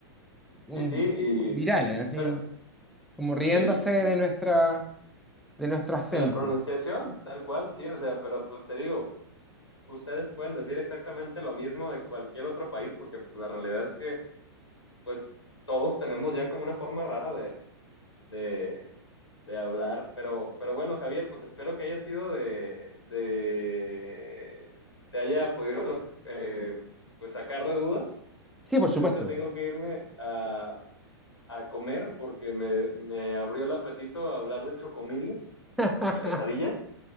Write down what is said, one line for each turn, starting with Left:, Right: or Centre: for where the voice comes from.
Centre: un
Left: Sí, sí, y,
Centre: virales, así
Left: pero
Centre: como riéndose
Left: sí,
Centre: de
Left: y
Centre: nuestra, de nuestro acento.
Left: de la pronunciación, tal cual, sí, o sea, pero pues te digo, ustedes pueden decir exactamente lo mismo de cualquier otro país, porque pues, la realidad es que pues todos tenemos ya como una forma rara de, de de hablar. Pero, pero bueno, Javier, pues espero que haya sido de, de te haya podido eh, pues sacar de dudas.
Centre: Sí, por supuesto.
Left: Yo ahorita tengo que irme a, a comer porque me, me abrió el apetito a hablar de chocomiles
Centre: <laughs>
Left: y quesadillas.